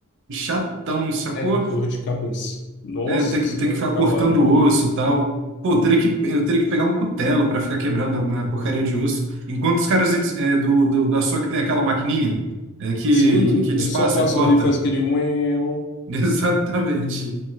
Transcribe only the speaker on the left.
é dor de cabeça. Nossa
senhora,
é trabalho.
Sim,
eles
só passam
ali e faz aquele uéu.